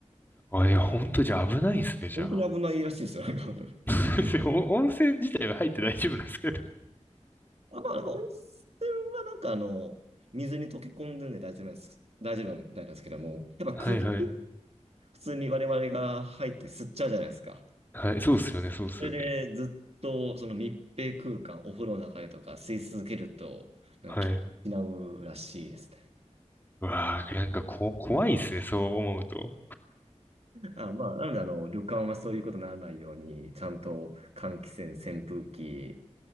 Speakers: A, on the left (about 15°); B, on the right (about 60°).
A: あ、いや、ほんとじゃあ危ないですね、じゃあ。
B: 本当に危ないらしいですよ。なんか <laughs>
A: <laughs> お温泉自体は入って大丈夫なんですけど。
B: あ、まあ、なんか温泉はなんかあの、水に溶け込んでるんで大丈夫なんです。大丈夫みたいなんですけども、やっぱ空気、
A: はいはい。
B: 普通に我々が入って吸っちゃうじゃないですか。
A: はい、そうっすよね、そうっすよね。
B: それでずっとその密閉空間、お風呂の中でとか吸い続けると、なんか失うらしいですね。
A: はい。うわあ、なんかこ、怖いっすね、そう思うと。
B: あ、まあ、なので、あの、旅館はそういうことにならないように、ちゃんと換気扇、扇風機、